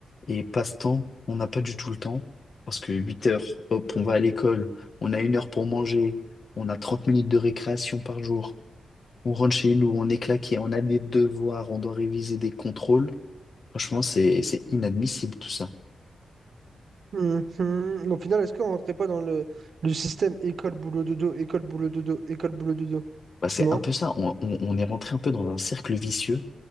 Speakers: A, on the left; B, on the right.
A: et passe-temps, on n'a pas du tout le temps. Parce que 8 heures, hop, on va à l'école, on a une heure pour manger, on a 30 minutes de récréation par jour, on rentre chez nous, on est claqué, on a des devoirs, on doit réviser des contrôles. Franchement, c'est, c'est inadmissible tout ça.
B: Mhm. Au final, est-ce qu'on rentrait pas dans le, le système école-boulot-dodo, école-boulot-dodo, école-boulot-dodo?
A: Bah, c'est
B: Non?
A: un peu ça, on, on- on est rentré un peu dans un cercle vicieux.